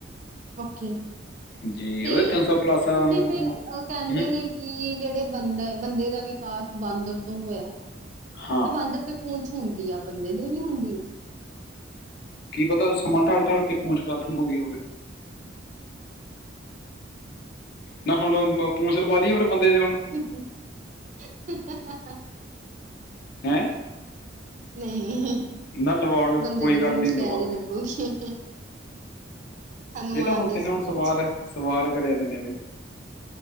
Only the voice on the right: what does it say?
ਓਕੇ
ਤੇ
ਹੁਨ
ਜਿਵੇਂ ਓ ਕੈਂਦੇ
ਨੇ ਕ ਕਿ ਜੇੜੇ ਬੰਦਾ ਬੰਦੇ ਦਾ ਵਿਕਾਸ ਬਾਂਦਰ ਤੋਂ ਹੋਇਆ
ਤਾਂ ਬਾਂਦਰ ਤੇ ਪੂੰਛ ਹੁੰਦੀ ਆ ਬੰਦੇ ਦੀ ਵੀ ਹੁੰਦੀ।
ਹੁ ਹੁ ਹਹਹਹਹ
ਨਹੀ
ਬੰਦੇ
ਦੇ
ਪੂੰਛ
ਕੈ
ਜੇ
ਲੱਗੂਗੀ? ਹਨੂੰਮਾਨ
ਦੇ
ਸੀ
ਪੂੰਛ।